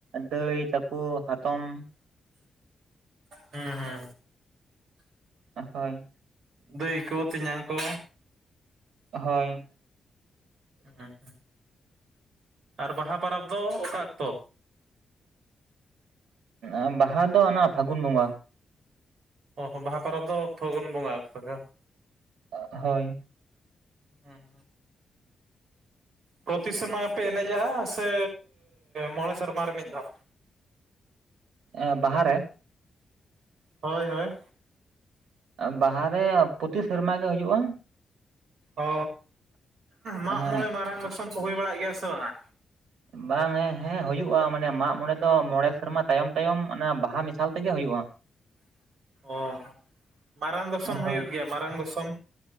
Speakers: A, on the right; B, on the right.
A: ᱫᱟᱹᱭ ᱛᱟᱠᱚ, ᱦᱟᱛᱚᱢ,
B: ᱦᱩᱸ ᱦᱩᱸ,
A: ᱦᱳᱭ,
B: ᱫᱟᱹᱭ ᱠᱚ ᱛᱮᱧᱟᱝ ᱠᱚ,
A: ᱦᱳᱭ,
B: ᱦᱮᱸ ᱟᱨ ᱵᱟᱦᱟ ᱯᱟᱨᱟᱵᱽ ᱫᱚ ᱚᱠᱟ ᱚᱠᱛᱚ?
A: ᱟ ᱵᱟᱦᱟ ᱫᱚ ᱚᱱᱟ ᱯᱷᱟᱹᱜᱩᱱ ᱵᱚᱸᱜᱟ᱾
B: ᱚ ᱦᱚ ᱵᱟᱦᱟ ᱯᱟᱨᱟᱵᱽ ᱫᱚ ᱯᱷᱟᱹᱜᱚᱱ ᱵᱚᱸᱜᱟ ᱚᱠᱛᱚ ᱜᱮ ᱾
A: ᱦᱳᱭ,
B: ᱦᱩᱸ, ᱯᱨᱚᱛᱤ ᱥᱮᱨᱢᱟ ᱜᱮ ᱯᱮ ᱮᱱᱮᱡᱟᱜᱼᱟ ᱥᱮ ᱢᱚᱬᱮ ᱥᱮᱨᱢᱟ ᱨᱮ ᱢᱤᱫ ᱫᱷᱟᱣ?
A: ᱮ ᱵᱟᱦᱟ ᱨᱮ?
B: ᱦᱳᱭ ᱦᱳᱭ,
A: ᱵᱟᱦᱟ ᱨᱮ ᱯᱚᱛᱤ ᱥᱮᱨᱢᱟ ᱜᱮ ᱦᱩᱭᱩᱜᱼᱟ᱾
B: ᱚ ᱢᱟᱜᱼᱢᱚᱬᱮ
A: ᱦᱮᱸ
B: ᱢᱟᱨᱟᱝ <inaudible> ᱠᱚ ᱦᱩᱭ ᱵᱟᱲᱟᱜ ᱜᱮᱭᱟ ᱥᱮ ᱵᱟᱝᱼᱟ?
A: ᱵᱟᱝᱼᱮ ᱦᱮᱸ ᱦᱩᱭᱩᱜᱼᱟ ᱢᱟᱱᱮ ᱢᱟᱜ ᱢᱚᱬᱮ ᱫᱚ ᱢᱚᱬᱮ ᱥᱮᱨᱢᱟ ᱛᱟᱭᱚᱢ ᱛᱟᱭᱚᱢ ᱚᱱᱟ ᱵᱟᱦᱟ ᱢᱮᱥᱟᱞ ᱛᱮᱜᱮ ᱦᱩᱭᱩᱜᱼᱟ᱾
B: ᱚ ᱢᱟᱨᱟᱝ ᱫᱚᱥᱚᱢ
A: ᱦᱳᱭ
B: ᱦᱩᱭᱩᱜ ᱜᱮᱭᱟ ᱢᱟᱨᱟᱝ ᱫᱚᱥᱚᱢ?